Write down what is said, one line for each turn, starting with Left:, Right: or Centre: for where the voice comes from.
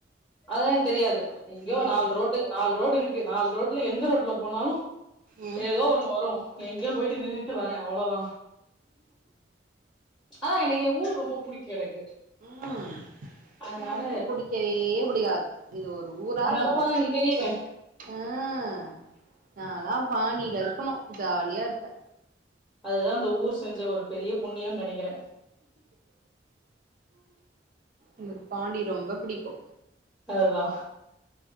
Centre: அதல்லா தெரியாது எங்கோ
Right: ம்
Centre: நாலு ரோட்டு நாலு ரோடு இருக்கு நாலு ரோட்ல எந்த ரட்ல போனாலு
Right: ம்
Centre: ஏதோ ஒண்ணு வரு எங்கேயோ போயிட்டு நின்னு ட்டு வரே அவ்வளோதா அதா எனக்கு ஏ ஊர் ரொம்ப புடிக்கு எனக்கு
Right: ம்
Centre: அதனால
Right: எனக்கு புடிக்கவே பிடிக்காது இது ஒரு ஊரா
Centre: உன் நெலமதான்
Right: இது
Centre: எனக்கு தெரியுமே
Right: ம் நால்லா பாண்டியில இருக்கணு ஜாலியா இருப்பே
Centre: அதுதா அந்த ஊர் செஞ்ச ஒரு பெரிய புண்ணியம்னு நெனைக்கிறே
Right: எனக்கு பாண்டி ரொம்ப பிடிக்கு
Centre: அதுவா